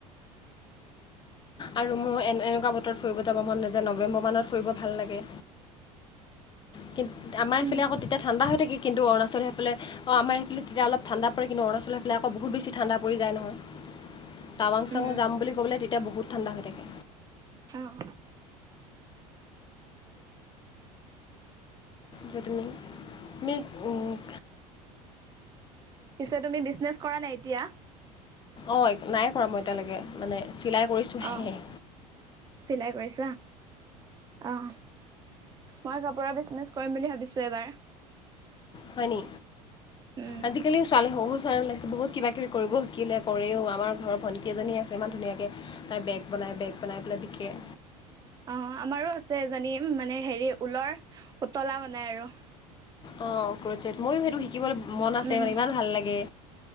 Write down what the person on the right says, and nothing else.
উম।
উম,
অ',
পিছে তুমি বিজনেচ কৰা নাই এতিয়া?
অ',
চিলাই কৰিছা। অহ মই ক পুৰা বিচনেছ কৰিম বুলি ভাবিছো এবাৰ।
উম,
অ আমাৰো আছে এজনী মানে হেৰি ঊলৰ পুতলা বনাই আৰু
উম,